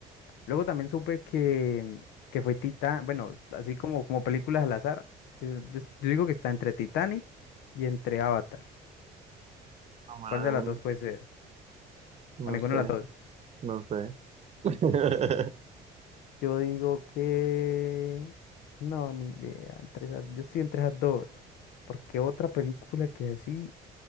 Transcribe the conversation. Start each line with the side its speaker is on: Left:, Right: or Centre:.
Left: Luego también supe que, que fue Titán. Bueno, así como, como películas al azar. Yo, yo- yo digo que está entre Titanic y entre Avatar.
Right: Número
Left: ¿Cuál de las
Right: uno.
Left: dos puede ser?
Right: No
Left: O ninguna
Right: sé,
Left: de las dos.
Right: no sé. <laughs>
Left: Yo digo que... No, ni idea. Entre esas- Yo estoy entre esas dos. Porque otra película que así...